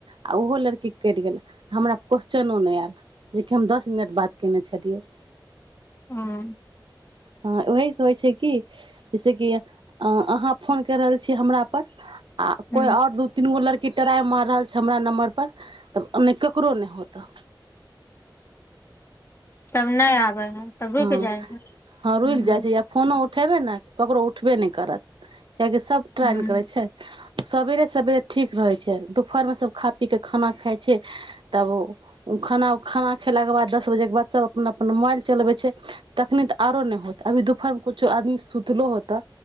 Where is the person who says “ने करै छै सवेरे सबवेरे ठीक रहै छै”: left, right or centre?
Right